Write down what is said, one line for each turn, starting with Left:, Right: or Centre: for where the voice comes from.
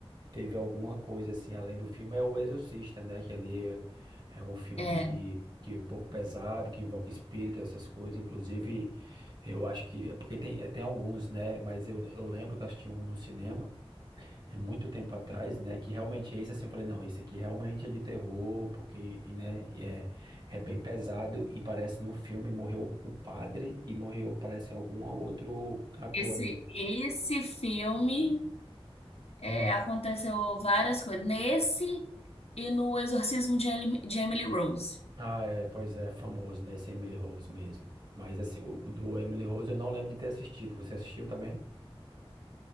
Right: teve alguma coisa, assim, além do filme, é O Exorcista, né? Que ali é, é um filme
Left: é.
Right: que, que é um pouco pesado, que invoca espírito, essas coisas. Inclusive, eu acho que, é porque tem, tem alguns, né? Mas eu, eu lembro que eu assisti um no cinema, é muito tempo atrás, né? Que realmente esse assim, eu falei, não, esse aqui realmente é de terror, porque, e, né, e é, é bem pesado e parece no filme morreu o padre e morreu, parece, algum outro ator
Left: Esse
Right: ali.
Left: esse filme é, aconteceu várias coisas nesse e no Exorcismo de Emily de Emily Rose.
Right: Ah, é, pois é, famoso, né? Esse Emily Rose mesmo. Mas assim, o, o do Emily Rose eu não lembro de ter assistido. Você assistiu também?